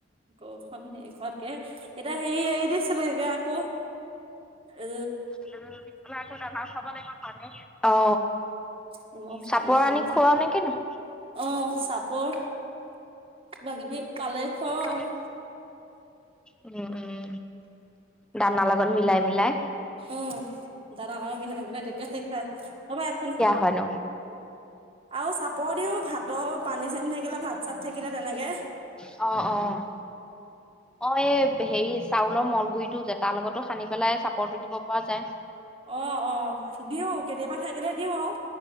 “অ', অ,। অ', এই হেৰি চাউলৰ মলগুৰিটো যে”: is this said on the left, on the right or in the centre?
Centre